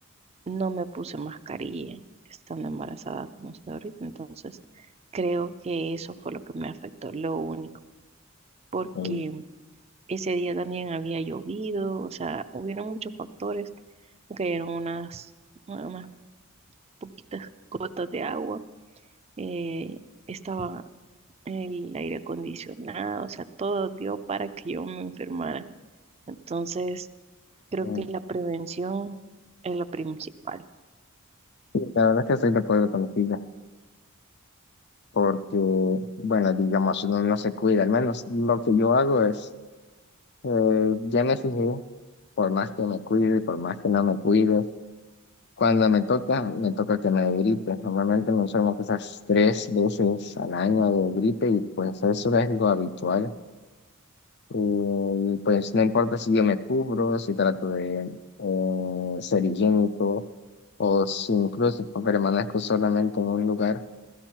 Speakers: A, on the right; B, on the left.
A: no me puse mascarilla estando embarazada como estoy ahorita. Entonces, creo que eso fue lo que me afectó, lo único, porque
B: Y,
A: ese día también había llovido, o sea, hubieron muchos factores. Me cayeron unas, unas poquitas gotas de agua. eh, estaba el aire acondicionado, o sea, todo dio para que yo me enfermara. Entonces, Creo
B: mm,
A: que la prevención es lo principal.
B: sí, la verdad es que estoy de acuerdo contigo, porque, bueno, digamos, uno no se cuida. Al menos lo que yo hago es, eh, ya me fijé, por más que me cuide, por más que no me cuide, cuando me toca, me toca que me dé gripe. Normalmente me enfermo quizás tres veces al año de gripe y pues eso es lo habitual Eh, pues no importa si yo me cubro, si trato de eh, ser higiénico o si incluso permanezco solamente en un lugar,